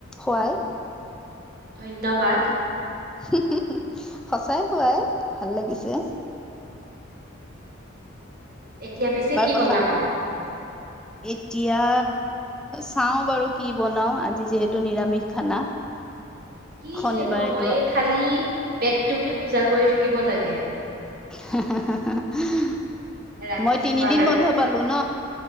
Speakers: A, in the centre; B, on the right (about 50°).
A: খোৱাই।
B: ধন্যবাদ।
A: <unintelligible> সঁচাই খোৱাই ভাল লাগিছে উহু।
B: এতিয়া পিছে কি
A: কথা
B: বনাবা?
A: পা এতিয়া চাওঁ বাৰু কি বনাও আজি যিহেতু নিৰামিষ খানা।
B: কি
A: শনিবাৰেতো
B: যে ন এই খালী পেটটোকে পূজা কৰি থাকিব লাগে।
A: <unintelligible>
B: ৰাতিপুৱাৰ
A: মই তিনিদিন বন্ধ পালো ন?